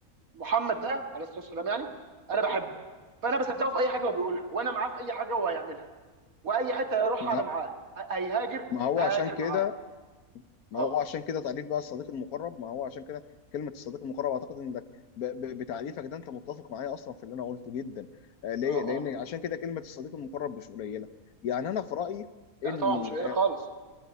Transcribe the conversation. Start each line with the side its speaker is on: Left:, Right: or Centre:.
Right: محمد ده عليه الصلاه والسلام يعني انا بحبه فانا بصدقه في اي حاجه هو بيقولها وانا معاه في اي حاجه هو هيعملها واي حته هيروحها
Left: ما
Right: انا معاه ه- هيهاجر
Left: ما هو
Right: هاجر
Left: عشان كده
Right: معاه
Left: ما
Right: اه
Left: هو عشان كده تعريف بقى الصديق المقرب ما هو عشان كده كلمة الصديق المقرب أعتقد إنك ب- ب- بتعريفك ده أنت متفق معايا أصلا في اللي أنا قلته جدا آه، ليه؟
Right: اه
Left: لأن
Right: اه
Left: عشان كده كلمة الصديق المقرب مش قليلة يعني أنا في رأيي
Right: لا
Left: إني
Right: طبعا مش قليل خالص